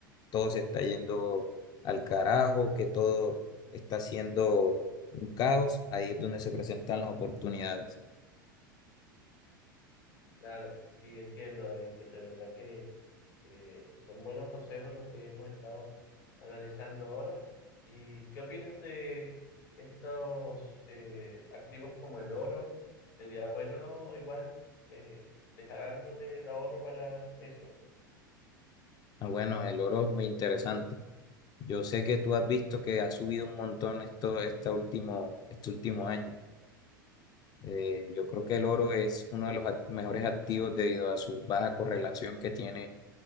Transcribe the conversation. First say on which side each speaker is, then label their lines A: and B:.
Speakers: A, on the left; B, on the left.
A: todo se está yendo al carajo, que todo está siendo un caos, ahí es donde se presentan las oportunidades.
B: Claro, sí, entiendo, David, que de verdad que Eh, son buenos consejos los que hemos estado analizando ahora. ¿Y qué opinas de estos eh, activos como el oro? ¿Sería bueno igual eh, dejar algo del ahorro para eso?
A: Ah, bueno, el oro es muy interesante. Yo sé que tú has visto que ha subido un montón esto, este último, este último año. Eh, yo creo que el oro es uno de los ac- mejores activos debido a su baja correlación que tiene